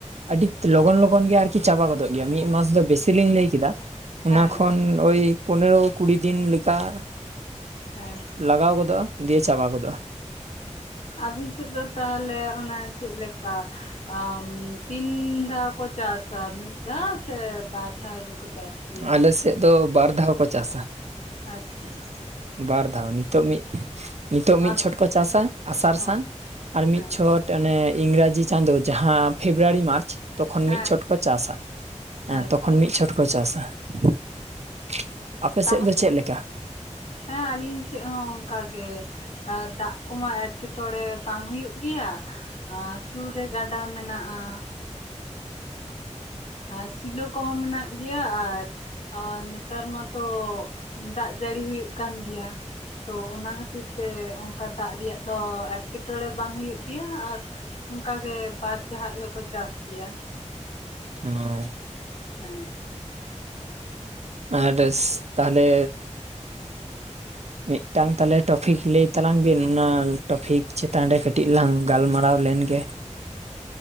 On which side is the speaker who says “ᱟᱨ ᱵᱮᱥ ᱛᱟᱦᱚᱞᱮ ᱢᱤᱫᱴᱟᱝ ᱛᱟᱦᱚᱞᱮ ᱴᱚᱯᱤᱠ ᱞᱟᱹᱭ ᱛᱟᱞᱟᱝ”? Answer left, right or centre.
Right